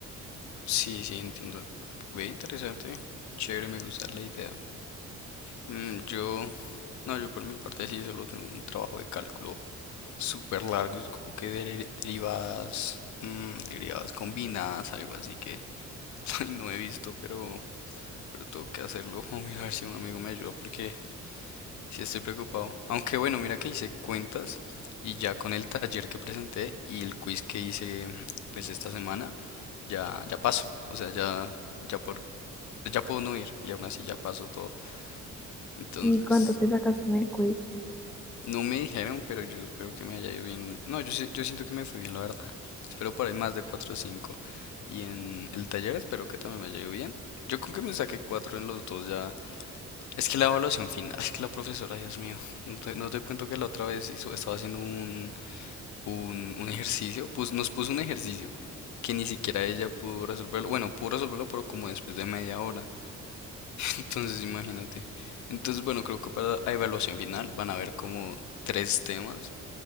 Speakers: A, on the left; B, in the centre.
A: sí, sí, entiendo. Ve interesante, chévere, me gusta la idea. Mm, yo, no, yo por mi parte sí solo tengo un trabajo de cálculo súper largo, es como que dere- derivadas, mm, derivadas combinadas, algo así que <laughs> ay, no he visto, pero, pero tengo que hacerlo. <laughs> mira, a ver si un amigo me ayuda porque sí estoy preocupado. Aunque bueno, mira que hice cuentas y ya con el taller que presenté y el quiz que hice pues esta semana, ya, ya paso. O sea, ya, ya por ya puedo no ir y aún así ya pasó todo. Entonces,
B: ¿Y cuánto te sacaste en el quiz?
A: no me dijeron, pero yo espero que me haya ido bien. No, yo, sí- yo siento que me fue bien, la verdad. Espero por ahí más de 4 o cinco Y en el taller espero que también me haya ido bien. Yo con que me saqué 4 en los dos ya. Es que la evaluación final, es que la profesora, Dios mío, no te, no te cuento que la otra vez hizo, estaba haciendo un, un, un ejercicio, pues nos puso un ejercicio que ni siquiera ella pudo resolverlo. Bueno, pudo resolverlo, pero como después de media hora. Entonces, imagínate. Entonces, bueno, creo que para la evaluación final van a haber como tres temas,